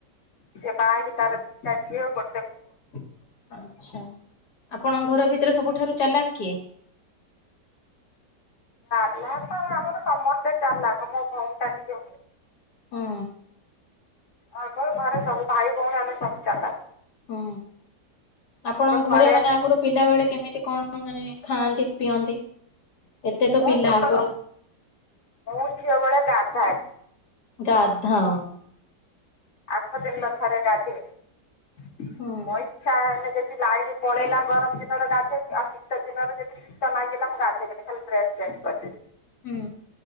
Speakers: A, on the left; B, on the left.
A: ସେ ବାହା ହେଇକି ତାର ଦିଟା ଝିଅ ଗୋ
B: ହୁଁ <inaudible> ଆଚ୍ଛା ଆପଣଙ୍କ ଘର ଭିତରେ ସବୁଠାରୁ ଚାଲାକ କିଏ?
A: ଫିହ୍ଲଲ ତ ଆମର ସମସ୍ତେ ଚାଲାଖ ମୋ ଭଉଣୀ ଟା ଟିକେ ହୁଣ୍ଡି।
B: ହଁ।
A: ଆମ ଘରେ ସବୁ ଭାଇ ଭଉଣୀ ଆମେ ସବୁ ଚାଲାଖ।
B: ହଁ ଆପଣଙ୍କ
A: ଫରେନ୍
B: ଘରେ ମାନେ ଆଗରୁ ପିଲା ବେଳେ କେମିତି କଣ ମାନେ ଖାଆନ୍ତି ପିଅନ୍ତି? ଏତେ ତ
A: ମୁଁ
B: ପିଲା
A: ଛୋଟ,
B: ଆଗରୁ
A: ମୁଁ ଝିଅ ବଳେ ଗାଧାଏନି।
B: ଗାଧାଅନି।
A: ଆଠ ଦିନରେ ଥରେ ଗାଧେଇମି।
B: ହୁଁ
A: ମୋ ଇଚ୍ଛା ହେଲେ ଯେ <unintelligible> ଲାଇନ୍ ପଳେଇଲା ଗରମ ଦିନର ଗାଧେଇମି। ଆଉ ଶୀତ ଦିନରେ ଯଦି ଶୀତ ନାଗିଲା ମୁଁ ଗାଧେଇବିନି ଖାଲି ଡ୍ରେସ୍ ଚେ ଚେଞ୍ଜ କରଦେ <inaudible>
B: ହଁ।